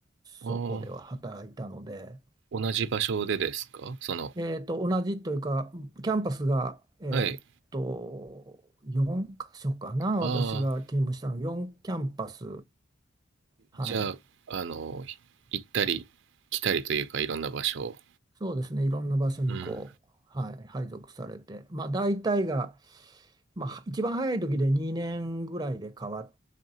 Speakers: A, on the right; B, on the right.
A: ああ、
B: そこでは働いたので、
A: 同じ場所でですかその、
B: えーと、同じというか、キャンパスが、えーと、
A: はい。
B: 4箇所かな、
A: ああ、
B: 私が勤務したの、4キャンパス、はい、
A: じゃあ、あの、行ったり来たりというか、いろんな場所を。
B: そうですね、いろんな場所にこう、
A: うん。
B: はい、配属されて、まあ、大体がまあ、一番早い時で2年ぐらいで変わっ